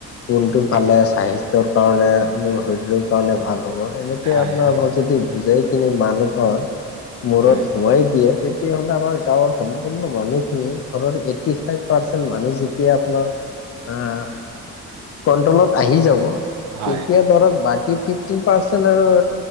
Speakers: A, on the left; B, on the right.
A: কোনটো খালে
B: এ-
A: স্বাস্থ্যৰ কাৰণে মোৰ শৰীৰৰ কাৰণে ভাল হ'ব। এনেক কে
B: হয়,
A: আপোনালোকক
B: হয়,
A: যদি বুজাই কিনি মানুহৰ মূৰত
B: হয়,
A: সুমুৱাই দিয়ে তেতি তেতিয়াহ'লে আমাৰ গাঁৱৰ সম্পূৰ্ণ মানুহখিনি, ঘৰৰ এইটি ফাইভ পাৰ্চেণ্ট মানুহ যেতিয়া আপোনাৰ আহ কন্ট্ৰলত আহি যাব।
B: হয়।
A: তেতিয়া ধৰক বাকী ফিফটিন পাৰ্চেণ্ট আৰু